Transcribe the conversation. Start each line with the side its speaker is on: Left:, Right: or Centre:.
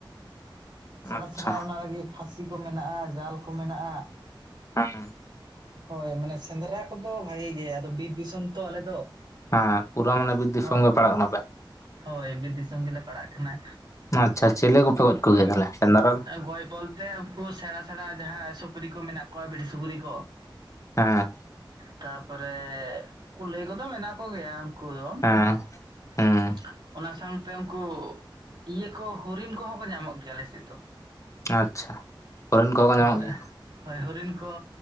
Right: ᱥᱮᱬᱟ
Left: ᱟᱪᱪᱷᱟ
Right: ᱥᱮᱟᱬᱟ ᱚᱱᱟ ᱞᱟᱹᱜᱤᱫᱜ ᱯᱟᱹᱥᱤ ᱠᱚ ᱢᱮᱱᱟᱜᱼᱟ ᱡᱟᱞ ᱠᱚ ᱢᱮᱱᱟᱜᱼᱟ᱾
Left: ᱦᱮᱸ
Right: ᱦᱳᱭ ᱢᱟᱱᱮ ᱥᱮᱸᱫᱽᱨᱟ ᱠᱚᱫᱚ ᱵᱷᱟᱜᱤ ᱜᱮ ᱟᱫᱚ ᱵᱤᱨ ᱫᱤᱥᱚᱢ ᱛᱚ ᱟᱞᱮ ᱫᱚ᱾
Left: ᱦᱮᱸ ᱯᱩᱨᱟᱹ ᱢᱟᱱᱮ ᱵᱤᱨ ᱫᱤᱥᱚᱢ
Right: ᱦᱳᱭ
Left: ᱜᱮ ᱯᱟᱲᱟᱜ ᱠᱟᱱᱟ ᱯᱮ᱾
Right: ᱦᱳᱭ ᱵᱤᱨ ᱫᱤᱥᱚᱢ ᱜᱮᱞᱮ ᱯᱟᱲᱟᱜ ᱠᱟᱱᱟ,
Left: ᱟᱪᱪᱷᱟ ᱪᱮᱞᱮ ᱠᱚᱯᱮ
Right: <inaudible>
Left: ᱜᱚᱡ ᱠᱚᱜᱮᱭᱟ ᱛᱟᱦᱚᱞᱮ ᱥᱮᱸᱫᱽᱨᱟ ᱫᱚ?
Right: ᱜᱚᱭ ᱵᱚᱞ ᱛᱮ ᱩᱱᱠᱩ ᱥᱮᱸᱬᱟ ᱥᱮᱸᱬᱟ ᱡᱟᱦᱟᱸ ᱥᱩᱠᱨᱤ ᱠᱚ ᱢᱮᱱᱟᱜ ᱠᱚᱣᱟ ᱵᱤᱨ ᱥᱩᱠᱨᱤ ᱠᱚ᱾
Left: ᱦᱮᱸ,
Right: ᱛᱟᱯᱚᱨᱮ ᱠᱩᱞᱟᱹᱭ ᱠᱚᱫᱚ ᱢᱮᱱᱟᱜ ᱠᱚᱜᱮᱭᱟ ᱩᱱᱠᱩ ᱫᱚ᱾
Left: ᱦᱮᱸ᱾
Right: <inaudible>
Left: ᱦᱮᱸ
Right: ᱚᱱᱟ ᱥᱟᱶᱛᱮ ᱩᱱᱠᱩ ᱤᱭᱟᱹ ᱠᱚ ᱦᱚᱨᱤᱱ ᱠᱚᱦᱚᱸ ᱠᱚ ᱧᱟᱢᱚᱜ ᱜᱮᱭᱟ ᱞᱮᱥᱮᱫ ᱫᱚ᱾
Left: ᱟᱪᱪᱷᱟ ᱦᱚᱨᱤᱱ ᱠᱚ ᱦᱚᱸ ᱠᱚ
Right: ᱦᱳᱭ
Left: ᱧᱟᱢᱚᱜ ᱜᱮᱭᱟ᱾
Right: ᱦᱳᱭ ᱦᱚᱨᱤᱱ ᱠᱚ,